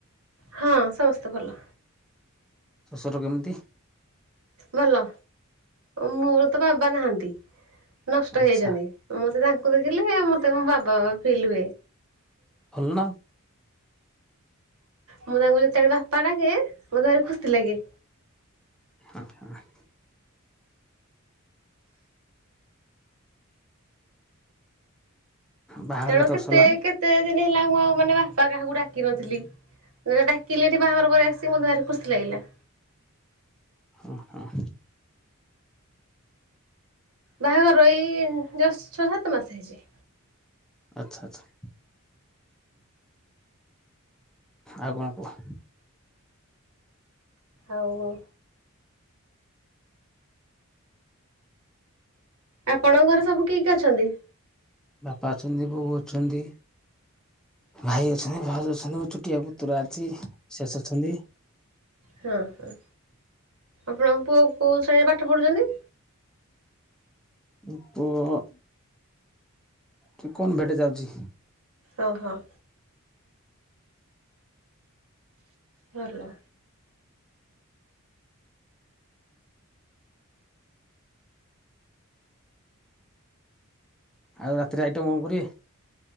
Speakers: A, on the right (about 80°); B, in the centre.
A: ହଁ ସମସ୍ତେ ଭଲ।
B: ଶ୍ୱଶୁର କେମିତି?
A: ଭଲ, ମୋର ତ ବାବା ନାହାନ୍ତି। ନଷ୍ଟ
B: ଆଚ୍ଛା
A: ହେଇଯାଇଛନ୍ତି, ମତେ ତାଙ୍କୁ ଦେଖିଲେ ମତେ ମୋ ବାବା ବାବା ଫିଲ୍ ହୁଏ।
B: ଭଲ ନା।
A: ମୁଁ ତାଙ୍କୁ ଯେତେବେଳେ ବାପା ଡାକେ ମତେ ଭାରି ଖୁସି ଲାଗେ।
B: ଆଁ ହଁ। ବାହାଘର
A: କାରଣ କେତେ
B: ବର୍ଷ ହେଲାଣି?
A: କେତେ ଦିନି ହେଲା ମୁଁ ଆଉ ମାନେ ବାପା କାହାକୁ ଡାକିିନଥିଲି। ମୁଁ ଯେତେବେଳେ ଡାକିଲି ଏଠି ବାହାଘର ପରେ ଆସିକି ମୋତେ ଭାରି ଖୁସି ଲାଗିଲା।
B: ଉଁ ହୁଁ।
A: ବାହାଘର ଏଇ ଜଷ୍ଟ ଛଅ ସାତ ମାସ ହେଇଛି।
B: ଆଛା ଆଚ୍ଛା। ଆଉ କଣ କୁହ?
A: ଆଉ। ଆପଣଙ୍କ ଘରେ ସବୁ କିଏ କିଏ ଅଛନ୍ତି?
B: ବାପା ଅଛନ୍ତି, ବୋଉ ଅଛନ୍ତି, ଭାଇ ଅଛି। ଭାଉଜ ଅଛନ୍ତି, ମୋ ଛୋଟିଆ ପୁତୁରା ଅଛି, ଶେସ୍ ଅଛନ୍ତି।
A: ହଁ ହଁ। ଆପଣଙ୍କ ପୁଅ କୋଉ ଶ୍ରେଣୀରେ ପାଠ ପଢ଼ୁଛନ୍ତି?
B: ଉଁ ପୁଅ। କି କନଭେଟ୍ ଯାଉଛି।
A: ଓ ହଁ। ଭଲ।
B: ଆଉ ରାତିରେ ଆଇଟମ୍ କଁ କରିବେ?